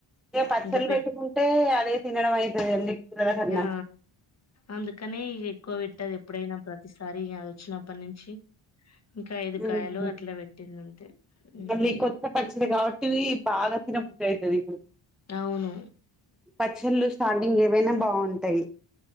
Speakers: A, in the centre; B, on the left.
A: ఇక పచ్చళ్ళు
B: ఇంక పెట్
A: పెట్టుకుంటే అదే తినడం అయితది అండి కూరల కన్నా
B: యా అందుకనే ఇగే కోవేట్టి ఎప్పుడైనా ప్రతిసారి అద్ ఒచ్చినప్పన్ నుంచి ఇంకా ఐదు
A: ఊహుమ్
B: కాయలు అట్లా పెట్టింది అంతే ఉమ్,
A: మళ్ళీ కొత్త పచ్చడ్ గావట్టి ఇవి బాగా తినబుద్ది ఐతది ఇప్పుడు
B: అవును
A: పచ్చళ్ళు స్టార్టింగ్ ఏవైనా బాఉం ఉంటాయ్